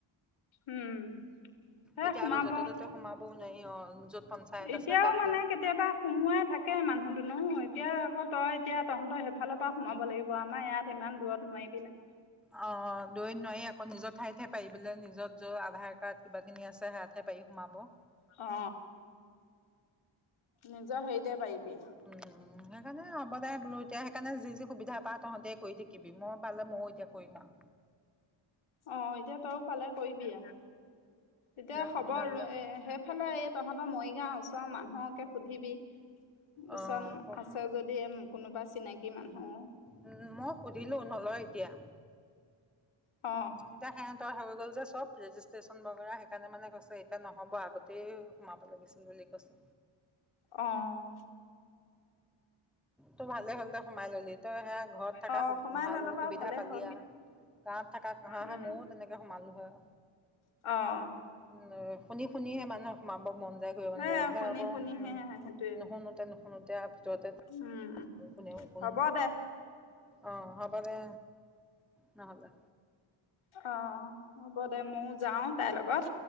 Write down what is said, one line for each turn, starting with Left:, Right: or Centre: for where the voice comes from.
Left: উম। হে
Centre: এতিয়া
Left: সোমাব,
Centre: আকৌ য'তে ত'তে সোমাবও নোৱাৰি অঁ য'ত পঞ্চায়ত
Left: এতিয়াও
Centre: আছে তাতহে
Left: মানে কেতিয়াবা সোমোৱাই থাকে মানুহ দুনো, এতিয়া আকৌ তই এতিয়া তহঁতৰ সেইফালৰ পৰা সোমাব লাগিব। আমাৰ ইয়াত ইমান দূৰত নোৱাৰিবি নহয়।
Centre: অ দূৰৈত নোৱাৰি আকৌ, নিজৰ ঠাইত হে পাৰি বোলে। নিজৰ য'ত আধাৰ কাৰ্ড কিবা-কিনি আছে, হেয়াত হে পাৰি সোমাব।
Left: অ। নিজৰ হেৰিতে পাৰিবি।
Centre: উম সেইকাৰণে হ'ব দে বোলো এতিয়া সেইকাৰণে যি যি সুবিধা পাওঁ তহঁতেই কৰি থাকিবি মই পালে ময়ো এতিয়া কৰিম আও।
Left: অ এতিয়া তইও পালে কৰিবি আও, এতিয়া খবৰ
Centre: সুবিধাবিলাক
Left: এ হে সেইফালে এই তহঁতৰ মৰিগাঁওৰ ওচৰৰ মানুহকে সুধিবি।
Centre: অ'
Left: ওচৰত আছে যদি, কোনোবা চিনাকি মানুহ।
Centre: উম্, মই সুধিলোঁ, নলয় এতিয়া।
Left: অ
Centre: এতিয়া সেহে তৰ হৈ গ'ল যে, চব ৰেজিষ্ট্ৰেশচন বগৰা। সেইকাৰণে মানে কৈছে এতিয়া নহ'ব, আগতেই সোমাব লাগিছিলে। সেইবুলি কৈছে।
Left: অ'।
Centre: তোৰ ভালে হ'ল দে সোমাই ললি, তই সেয়া ঘৰত থকা
Left: অ সোমাই
Centre: ভাল
Left: ললো বাৰু
Centre: সুবিধা
Left: ভালেই
Centre: পালি
Left: হ'ল
Centre: আৰু। গাঁৱত থকা হয়,
Left: উম
Centre: ময়ো তেনেকে সোমালো হয়।
Left: অ',
Centre: উম্, শুনি শুনিহে মানুহ সোমাব মন যায়, ঘূৰিব
Left: সে
Centre: মন যায়। এইবিলাক
Left: শুনি
Centre: আকৌ
Left: শুনিহে
Centre: উম্,
Left: সেইটোৱে
Centre: নুশুনোতে নুশুনোতে আৰু ভিতৰতে
Left: উম
Centre: কোনেও চোন,
Left: হ'ব দে
Centre: অ' হ'ব দে, নহ'লে।
Left: অ', হ'ব দে। মই যাওঁ, তাইৰ লগত।